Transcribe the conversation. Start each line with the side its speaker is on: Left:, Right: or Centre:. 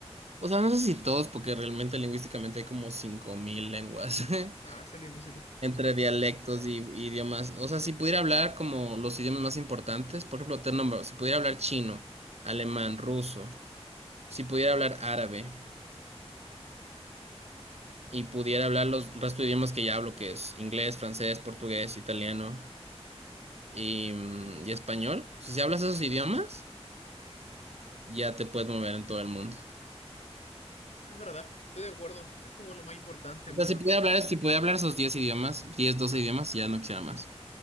Right: O sea, no sé si todos, porque realmente lingüísticamente hay como 5.000 lenguas <laughs>
Left: Ah, sería imposible.
Right: entre dialectos y, y idiomas. O sea, si pudiera hablar como los idiomas más importantes, por ejemplo, te nombro, si pudiera hablar chino, alemán, ruso, si pudiera hablar árabe. y pudiera hablar los el resto de idiomas que ya hablo, que es inglés, francés, portugués, italiano y, mm, y español. Si se hablas esos idiomas, ya te puedes mover en todo el mundo.
Left: Es verdad, estoy de acuerdo. Es como lo más importante,
Right: O
Left: en
Right: sea,
Left: verdad.
Right: si pudiera hablar, si pudiera hablar esos 10 idiomas, 10 12 idiomas, ya no quisiera más.